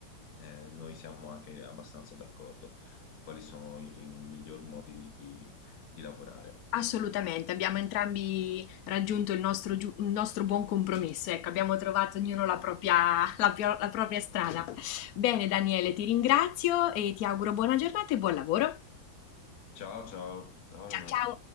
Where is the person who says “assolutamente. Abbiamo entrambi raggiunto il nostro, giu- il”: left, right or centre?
Left